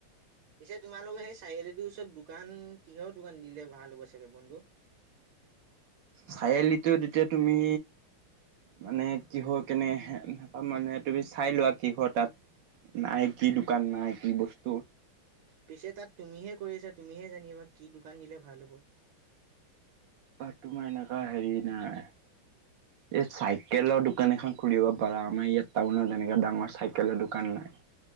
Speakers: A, on the right (about 80°); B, on the right (about 65°).
A: পিছে তোমালোকৰ সেই চাৰিআলিটোৰ ওচৰত দোকান কিহৰ দোকান দিলে ভাল হ'ব চাগে বন্ধু?
B: চাৰিআলিত এতিয়া তুমি মানে কিহৰ কেনে মানে তুমি চাই লোৱা কিহৰ তাত নাই কি দোকান নাই কি বস্তু
A: পিছে তাত তুমিহে কৰি আছা তুমিহে জানিবা কি দোকান দিলে ভাল হ'ব।
B: তাত তোমাৰ এনেকুৱা হেৰি নাই। এই চাইকেলৰ দোকান এখন খুলিব পাৰা আমাৰ ইয়াত টাউনত এনেকে ডাঙৰ চাইকেলৰ দোকান নাই।